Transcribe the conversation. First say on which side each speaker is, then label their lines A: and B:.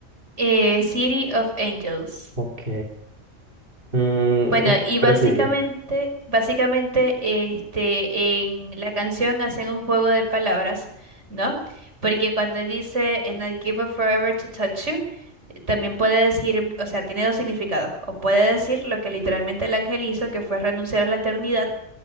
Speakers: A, on the right; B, on the right.
A: Eh, City of Angels.
B: Ok. Mm,
A: Bueno, y
B: prosigue.
A: básicamente, básicamente, este, en la canción hacen un juego de palabras, ¿no? Porque cuando él dice And I give up forever to touch you, eh, también puede decir, o sea, tiene dos significados. O puede decir lo que literalmente el ángel hizo, que fue renunciar a la eternidad